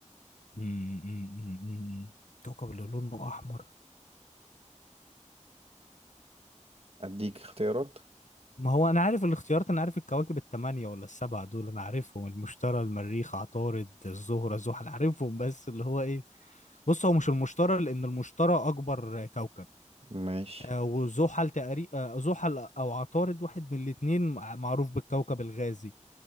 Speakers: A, on the left; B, on the right.
A: م- م- م- م- كوكب اللي لونه احمر
B: اديك اختيارات
A: ما هو انا عارف الاختيارات انا عارف الكواكب الثمانيه ولا السبعه دول انا عارفهم المشتري المريخ عطارد الزهره زحل عارفهم بس اللي هو ايه بص هو مش المشتري لان المشتري اكبر كوكب
B: ماشي
A: آه، وزحل تقريبا زحل او عطارد واحد من الاثنين معروف بالكوكب الغازي